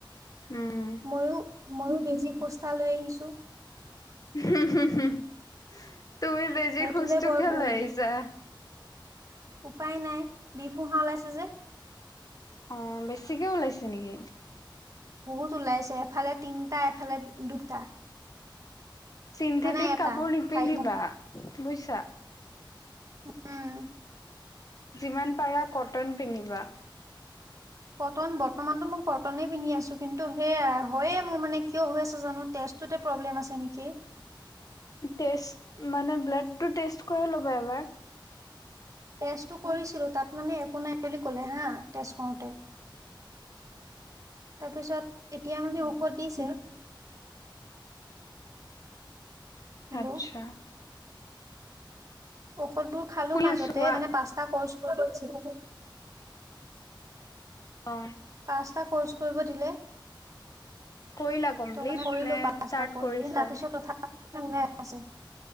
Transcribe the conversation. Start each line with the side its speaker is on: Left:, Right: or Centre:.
Left: উমঁ।
Right: মইও-মইও বেজি খুচ এটা লৈ আহিছো।
Left: হুম-হুম, তুমি বেজি
Right: সেইটোলে
Left: খুজটো
Right: বৰ
Left: কিয়
Right: ভয়
Left: লৈ
Right: লাগে
Left: আহিছা?
Right: উপায় নাই, বিষ পুঁহা ওলাইছে যে।
Left: অঁহ', বেছিকে ওলাইছে নেকি?
Right: বহুত ওলাইছে এফালে তিনটা, এফালে দুটা।
Left: চিন্থেটিক
Right: মানে এটা
Left: কাপোৰ নিপিন্ধিবা
Right: চাৰিটা
Left: বুজিছা।
Right: উম
Left: যিমান পাৰা কটন পিন্ধিবা।
Right: কটন বৰ্তমানতো মই কটনে পিন্ধি আছো কিন্তু সেইয়াই, হয়য়ে মোৰ মানে কিয় হৈ আছে জানো তেজ- টোতে প্ৰব্লেম আছে নেকি।
Left: তেজ মানে ব্লাড টো টেষ্ট কৰি ল'বা এবাৰ।
Right: টেষ্টতো কৰিছিলো তা'ত মানে একো নাই বুলি ক'লে হাঁ, টেষ্ট কৰোতে। তাৰপিছত এতিয়া মানে ঔষধ দিছে। হেল্ল'
Left: আচ্ছা।
Right: ঔষধবোৰ খালো
Left: শুনি
Right: মাজতে,
Left: আছো কোৱা।
Right: মানে পাঁচটা কৰ্চ কৰিছে।
Left: অহ।
Right: পাঁচটা কৰ্চ কৰিব দিলে।
Left: কৰিলা কমপ্লিট
Right: ত' মানে কৰিলো
Left: নে
Right: পাঁচটা
Left: ষ্টাৰ্ট
Right: কৰ্চ,
Left: কৰিছা?
Right: তাৰপিছত তথা ওলাই আহ আছে।